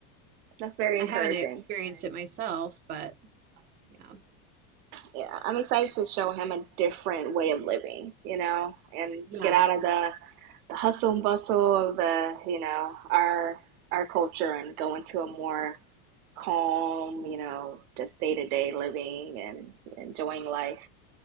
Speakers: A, on the right; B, on the right.
A: That's very encouraging.
B: I haven't experienced it myself, but yeah.
A: Yeah, I'm excited to show him a different way of living, you know, and
B: Yeah.
A: get out of the, the hustle and bustle of the, you know, our our culture and go into a more calm, you know, just day to day living and enjoying life.